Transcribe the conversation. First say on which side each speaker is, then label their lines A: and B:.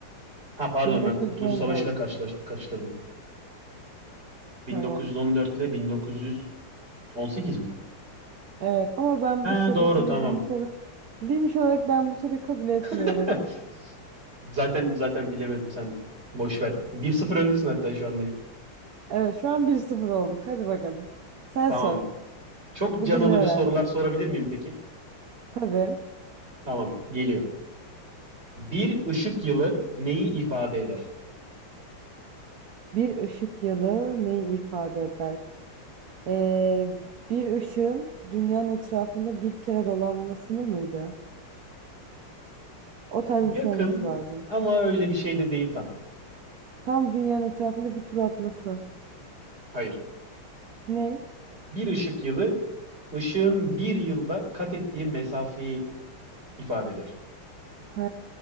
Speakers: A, on the right; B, on the right.
A: Ha pardon
B: 1914.
A: ben Kurtuluş Savaşı'yla karşılaş- karıştırdım. 1914
B: Tamam.
A: ile 1918 mi?
B: Evet ama ben
A: Ha
B: bu soruyu
A: doğru
B: senin
A: tamam.
B: bilmiş ol bilmiş olarak ben bu soruyu kabul etmiyorum.
A: <laughs> Zaten zaten bilemedim sen boş ver. Bir sıfır öndesin hatta şu an direkt.
B: Evet şu an bir sıfır olduk. Hadi bakalım. Sen
A: Tamam.
B: sor.
A: Çok
B: Bugün
A: can alıcı
B: ne öğrendin?
A: sorular sorabilir miyim peki?
B: Tabii.
A: Tamam, geliyor. Bir ışık yılı neyi ifade eder?
B: Bir ışık yılı neyi ifade eder? Ee, bir ışığın dünyanın etrafında bir kere dolanmasını mıydı? O tarz
A: Yakın
B: bir şey olması lazım.
A: ama öyle bir şey de değil tam.
B: Tam dünyanın etrafında bir tur atması.
A: Hayır.
B: Ne?
A: Bir ışık yılı ışığın bir yılda kat ettiği mesafeyi ifade eder.
B: Ha,